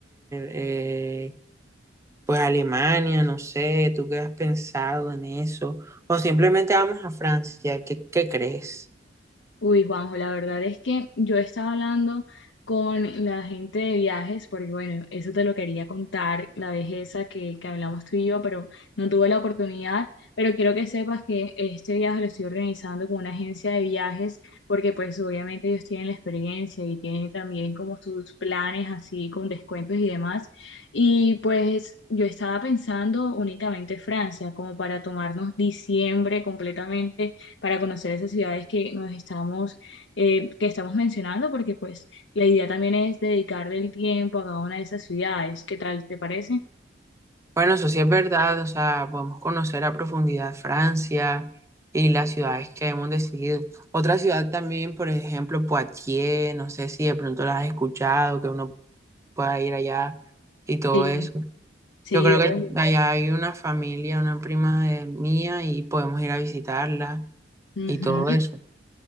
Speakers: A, on the right; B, on the left.
A: eh, pues Alemania, no sé, ¿tú qué has pensado en eso? O simplemente vamos a Francia, ¿qué, qué crees?
B: Uy, Juanjo, la verdad es que yo estaba hablando con la gente de viajes, porque bueno, eso te lo quería contar, la vez esa que, que hablamos tú y yo, pero no tuve la oportunidad, pero quiero que sepas que este viaje lo estoy organizando con una agencia de viajes, porque pues obviamente ellos tienen la experiencia y tienen también como sus planes así con descuentos y demás, y pues yo estaba pensando únicamente Francia, como para tomarnos diciembre completamente para conocer esas ciudades que nos estamos, eh, que estamos mencionando, porque pues la idea también es dedicarle el tiempo a cada una de esas ciudades. ¿Qué tal te parece?
A: Bueno, eso sí es verdad, o sea, podemos conocer a profundidad Francia y las ciudades que hemos decidido. Otra ciudad también, por ejemplo, Poitiers, no sé si de pronto las has escuchado, que uno pueda ir allá y todo
B: Sí,
A: eso.
B: sí,
A: Yo creo
B: obvio.
A: que allá hay una familia, una prima de mía y podemos ir a visitarla
B: Ujú.
A: y todo eso.